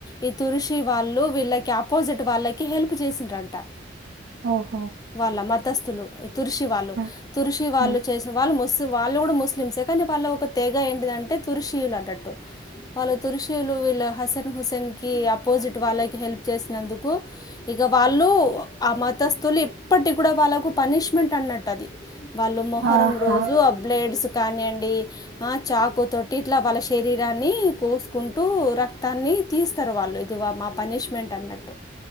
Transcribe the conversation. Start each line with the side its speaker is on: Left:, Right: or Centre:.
Left: ఈ తురుషీ వాళ్ళు వీళ్ళకి అపోజిట్ వాళ్ళకి హెల్ప్ చేసిర్రు అంటా
Right: ఓహో
Left: వాళ్ళ మతస్థులు తుర్సి వాళ్ళు
Right: ఆ,
Left: తుర్సి వాళ్ళు
Right: ఆ,
Left: చేసిన వాళ్ళు ముస్లి వాళ్ళు కూడా ముస్లిమ్స్ నీ వాళ్ళ ఒక తెేగ ఏంటి అంటే తురుషీయులు అన్నట్టు వాళ్ళ తురుషీయులు వీళ్ళ హసెన్ హుసేన్ అపోజిట్ వాళ్ళకి హెల్ప్ చేసినందుకు ఇక వాళ్ళు ఆ మతస్తులు ఇప్పడు కాబట్టి కూడా వాళ్ళకు పనిష్మెంట్ అన్నట్టు అది వాళ్ళు మొహరం
Right: ఆహా,
Left: రోజు అ బలేడ్స్ కానివండి ఆ చాకుతోటు ఇట్లా వాళ్ళ శరీరాన్ని కోసుకుంటూ రక్తాన్ని తీసు వాళ్ళు ఇది మా పనిష్మెంట్ అన్నట్టు